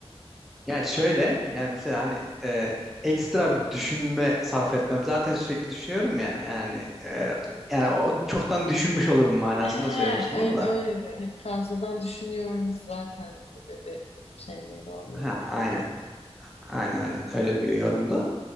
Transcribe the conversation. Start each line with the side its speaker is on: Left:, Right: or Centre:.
Centre: Yani şöyle yani mesela hani e, ekstra bir düşünme sarf etmem. Zaten sürekli düşünüyorum ya yani e, yani o çoktan düşünmüş olurum manasında
Left: He,
Centre: söylemiştim
Left: ö-
Centre: onu da.
Left: öyle bir hani fazladan düşünüyorum zaten gibi bir şey miydi o yorum?
Centre: Ha, aynen aynen aynen öyle bir yorumdu.